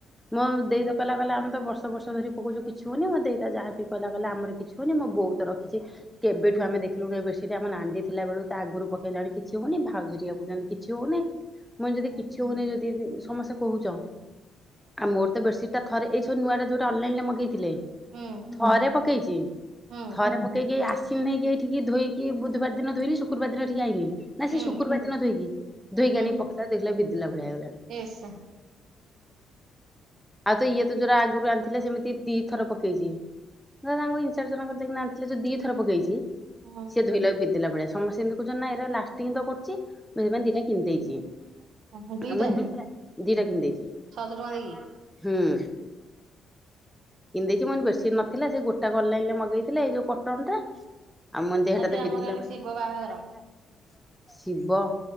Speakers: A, in the centre; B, on the right.
A: ମୋ ଦେଇତ କଇଲା କଇଲା ଆମେତ ବର୍ଷ ବର୍ଷ ଧରି ପକଉଚୁ କିଛି ହଉନି ମୋ ଦେଇତା ଯାହାବି କଇଲା କଇଲା ଆମର କିଛି ହଉନି ମୋ ବୋଉତ ରଖିଚି କେବେଠୁ ଆମ ଦେଖିଲୁଣି ଏବେରସିଟି ଆମ ନାଣ୍ଡି ଥିଲାବେଳୁ ତାଆଗରୁ ପକେଇଲାଣି କିଛି ହଉନି ଭାଉଜ ହରିିକା କହୁଚନ୍ତି କି କିଛି ହଉନି ମୁଁ କଇନି
B: ହଁ।
A: ଯଦି କିଛି ହଉନି ଯଦି ସମସ୍ତେ କହୁଚ ଆ ମୋର ତ ବେରସିଟା ଥରେ ଏଇ ଥର ନୂଆଟା ଯେଉଟା ଅନଲାଇଲେ ମଗେଇଥିଲେ
B: ହୁଁ
A: ଥରେ ପକେଇଚି
B: ହୁଁ
A: ଥରେ ପକେଇକି ଏଇ ଆସ୍ ସିଣେଇକି ଏଇଠିକି ଧୋଇକି ବୁଧବାର ଦିନ ଧୋଇଲି ଶୁକ୍ରବାର ଦିନ ଏଇଠିକି ଆଇଁନି। ନା
B: ହୁଁ
A: ସେଶୁକ୍ରବାର ଦିନ ଧୋଇକି ଧୋଇକି
B: ହୁଁ
A: ଆଣି ପକେଇଲା ଦେଖିଲା ବେଳକୁ ବିଦିଲା ଭଳିଆ ହେଇଗଲାଣି।
B: ଏସ୍
A: ଆଉତ ଇଏତ ଯୋରା ଆଗରୁ ଆଣିଥିଲା ସେମିତି ଦି ଥର ପକେଇଚି ତାଙ୍କ ଇନଚାରଜ ସାଙ୍ଗର ଯାଇକିନା ଆଣିଥି ଯୋଉ ଦି ଥର ପକେଇଚି
B: ହୁଁ
A: ସେ ଧୋଇଲାକୁ ବିଦଲା ଭଳିଆ ସମସ୍ତେ ସେମିତି କଉଚନ୍ତି ନାଁ ଏରା ଲାଷ୍ଟି ଟିଙ୍ଗ୍ତ କରୁଚି ମୁଁ ସେଥିପାଇଁ ଦିଟା କିଣିିଦେଇଚି
B: ହୁଁ,
A: <unintelligible>
B: ଦିଟା
A: ଦିଟା କିଣିିଦେଇଚି। <unintelligible>
B: ଛଅଶହ ଟଙ୍କା ଦେଇକି
A: ହୁଁ। ପିନ୍ଧେଇଚି ମୁଁ କଇନି ବେରସିଟ ନଥିଲା ସେ ଗୋଟାକ ଅନଲାଇଲେ ମଗେଇଥିଲେ ଏଇ ଯୋଉ କଟନଟା ଆଉ ମୁଁ କଇନି ହେହଟାତ
B: ଆଜି ଆମ
A: ବିଦିଲା
B: ଗାଁରେ
A: ଭଳିଆ
B: ଶିବ
A: <unintelligible>
B: ବାହାଘର
A: ଶିବ